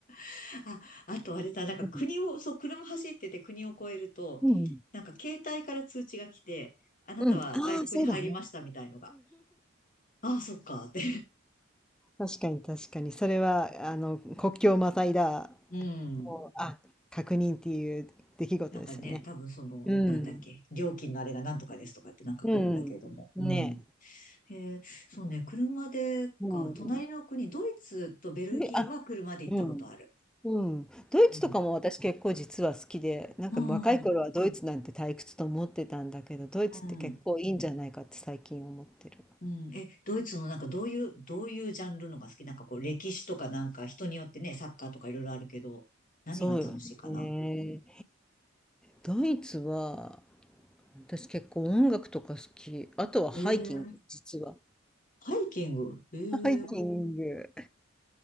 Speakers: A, on the left (about 40°); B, in the centre.
A: <laughs> あ、あとあれだ、なんか国を、
B: うん。
A: そう、車走ってて国を越えると、
B: うん。
A: なんか携帯から通知が来て、あなたは外国に入りましたみたいのが。
B: うん。ああ、そうだね。
A: ああ、そっか、って。
B: 確かに確かに。それは、あの、国境をまたいだ
A: うん。
B: もうあ、確認っていう出来事ですよね。
A: なんかね、多分その、
B: うん。
A: なんだっけ、料金のあれがなんとかですとかってなんか来るんだけれども。
B: うん。
A: うん。
B: ねえ。
A: えー、そうね、車でか、
B: うん。
A: 隣の国、ドイツとベルギーは車で行ったことある。
B: で、あ、うん。うん。ドイツとかも私結構実は好きで、
A: うん。
B: なんか若い頃はドイツなんて退屈と思ってたんだけど、
A: うん。
B: ドイツって結構いいんじゃないかって最近思ってる。
A: うん。うんえ、ドイツのなんかどういう、どういうジャンルのが好きなんかこう歴史とかなんか人によってね、サッカーとかいろいろあるけど、何が楽しいかな
B: そうよね。ドイツは、私結構音楽とか好き。あとはハイキング、
A: えー、
B: 実は。
A: ハイキングえー、
B: <laughs> ハイキング。